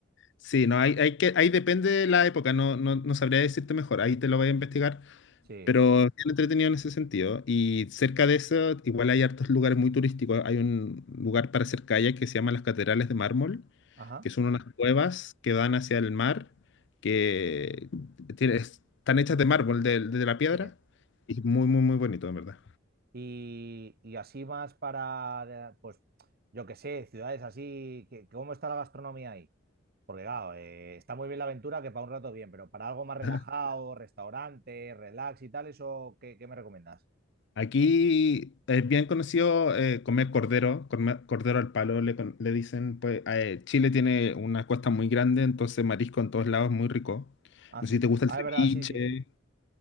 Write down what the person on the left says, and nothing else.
Sí, no, hay, hay que, ahí depende de la época, no, no, no sabría decirte mejor, ahí te lo voy a investigar,
Pero bien entretenido en ese sentido. Y cerca de eso, igual hay hartos lugares muy turísticos. Hay un lugar para hacer kayak que se llama las Catedrales de Mármol,
que son unas cuevas que dan hacia el mar, que tiene- están hechas de mármol, de, de la piedra.
Y muy, muy, muy bonito, en verdad.
<laughs>
Aquí es bien conocido eh, comer cordero, comer cordero al palo, le, con- le dicen, pues eh, Chile tiene una costa muy grande, entonces marisco en todos lados es muy rico.
No
sé si te gusta
el ceviche.